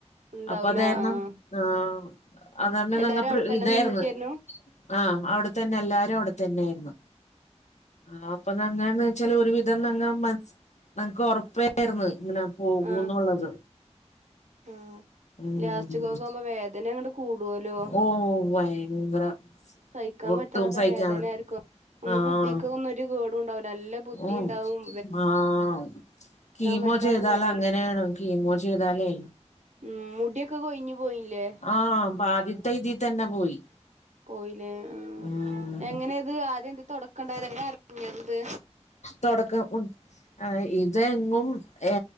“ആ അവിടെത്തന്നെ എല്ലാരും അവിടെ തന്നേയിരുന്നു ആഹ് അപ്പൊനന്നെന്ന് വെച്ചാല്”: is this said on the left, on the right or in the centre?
Left